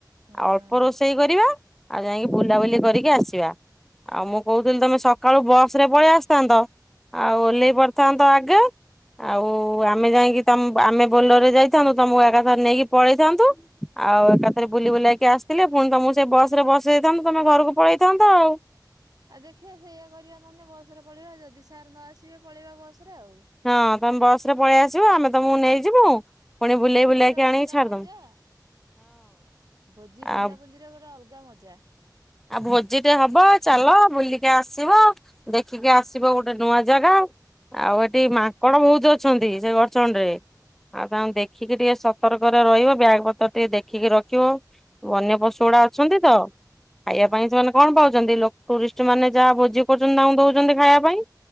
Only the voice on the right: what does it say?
ହଁ।
ଆ ଦେଖିଆ ସେଇଆ କରିବା ନହେନେ ବୂସ ରେ ପଳେଇବା ଯଦି ସାର୍ ନ ଆସିବେ ପଳେଇବା ବସ୍ ରେ ଆଉ।
ଆଉ
ଭୋଜିର
ଗୋଟେ ଅଲଗା
ମଜା ଭୋଜି ବୁଲାବୁଲିର
ଗୋଟେ ଅଲଗା ମଜା।
ହଁ